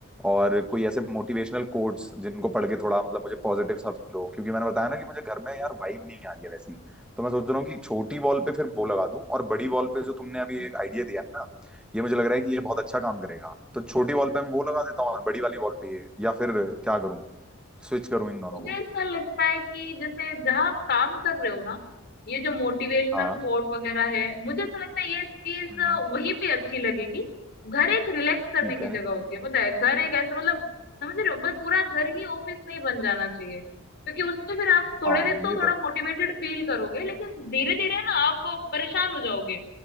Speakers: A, in the centre; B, on the left.
A: और कोई ऐसे मोटिवेशनल कोट्स जिनको पढ़ के थोड़ा मतलब मुझे पॉजिटिव सा फील हो क्योंकि मैंने बताया ना कि मुझे घर में यार वाइब नहीं आ रही है वैसी तो मैं सोच रहा हूँ कि छोटी वॉल पे फिर वो लगा दूं और बड़ी वॉल पे जो तुमने अभी एक आइडिया दिया है ना ये मुझे लग रहा है कि ये बहुत अच्छा काम करेगा तो छोटी वॉल पे मैं वो लगा देता हूँ और बड़ी वाली वॉल पे ये या फिर क्या करूँ स्विच करूँ इन दोनों
B: मुझे
A: को
B: ऐसा लगता है कि जैसे जहाँ आप काम कर रहे हो ना ये जो मोटिवेशनल
A: हाँ
B: कोट वगैरह है मुझे ऐसा लगता है ये चीज
A: हम्म,
B: वहीं पे अच्छी लगेगी घर एक रिलैक्स करने
A: ठीक
B: की
A: है
B: जगह होती है पता है घर एक ऐसा मतलब समझ रहे हो मतलब पूरा घर ही ऑफिस नहीं बन जाना चाहिए क्योंकि उससे फिर आप थोड़े
A: हाँ
B: दिन
A: ये
B: तो
A: तो
B: थोड़ा
A: है
B: मोटिवेटेड फील करोगे लेकिन धीरे धीरे ना आप परेशान हो जाओगे